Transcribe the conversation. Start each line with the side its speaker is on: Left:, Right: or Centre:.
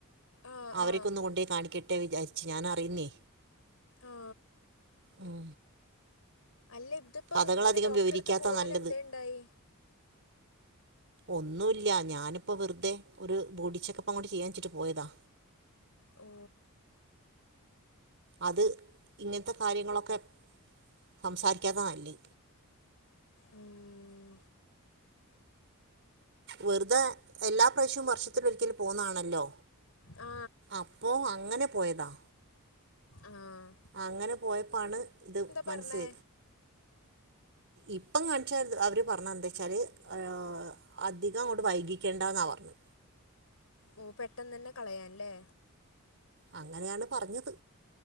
Left: ആ
Right: അവരൊക്കൊന്ന്
Left: ആ
Right: കൊണ് ണ്ടോയി കാണിക്കട്ടെ വിചാ ർച്ച് ഞാൻ അറിയുന്നേ
Left: ആ
Right: ഉം
Left: അല്ല ത്പ്പോ
Right: കഥകളധികം
Left: ഇങ്ങനെ ഡോക്ടറെ
Right: വിവരിക്കാത്ത
Left: ട്ത്ത് പോവാനെന്തേ
Right: നല്ലത്
Left: ണ്ടായി
Right: ഒന്നുല്ല ഞാന്പ്പോ വെർതെ ഒരു ബോഡി ചെക്കപ്പങ്ങോട്ട് ചെയ്യാ ച്ചിട്ട് പോയതാ
Left: ഓ
Right: അത് ഇങ്ങൻത്തെ കാര്യങ്ങളൊക്കെ സംസാരിക്കാത്ത നല്ലെ
Left: ഉം
Right: വെർതെ എല്ലാ പ്രാശ്യും വർഷത്തിലൊരിക്കല് പോവുന്നാണല്ലോ
Left: ആ
Right: അപ്പൊ അങ്ങനെ പോയതാ
Left: ആഹ്
Right: അങ്ങനെ പോയപ്പാണ് ത് മൻസ്
Left: പറഞ്ഞേ
Right: ഇപ്പം കാണ്ച്ചായിര്ന്നു അവർ പർഞ്ഞെ ന്താ ച്ചാൽ ഏഹ് അധിക ങ്ങോട്ട് വൈകിക്കേണ്ടന്നാ പർഞ്ഞെ
Left: ഓ പെട്ടെന്നെ ന്നെ കളയാൻ ലെ
Right: അങ്ങനെയാണ് പറഞ്ഞത്.